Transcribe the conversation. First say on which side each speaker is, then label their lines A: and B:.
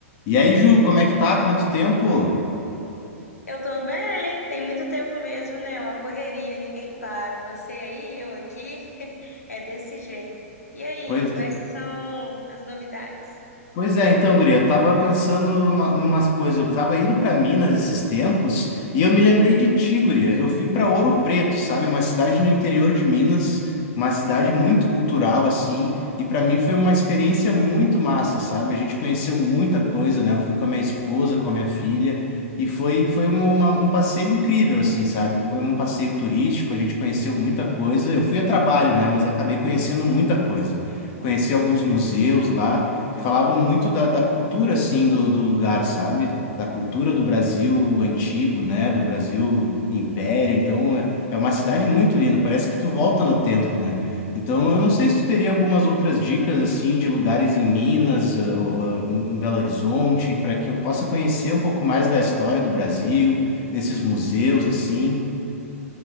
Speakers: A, on the left; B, on the left.
A: E aí, Ju, como é que tá? Quanto tempo?
B: Eu tô bem, tem muito tempo mesmo, né? Uma correria, ninguém para. Você aí, eu aqui, <laughs> é desse jeito. E aí,
A: Pois
B: quais que são as novidades?
A: Pois é, então, guria, eu tava pensando uma, umas coisas, eu tava indo para Minas esses tempos e eu me lembrei de ti, guria. Eu fui para Ouro Preto, sabe? Uma cidade no interior de Minas, uma cidade muito cultural assim, e para mim foi uma experiência muito massa, sabe? A gente conheceu muita coisa, né? Eu fui com a minha esposa, com a minha filha, e foi foi uma, uma- um passeio incrível assim, sabe? Foi um passeio turístico, a gente conheceu muita coisa. Eu fui a trabalho, né, mas acabei conhecendo muita coisa. Conheci alguns museus lá que falavam muito da, da cultura, assim, do, do lugar, sabe? Da cultura do Brasil antigo, né? Do Brasil império. Então, é, é uma cidade muito linda, parece que tu volta no tempo, né? Então, eu não sei se tu teria algumas outras dicas, assim, de lugares em Minas, eh, ou, eh, em Belo Horizonte, para que eu possa conhecer um pouco mais da história do Brasil, nesses museus, assim.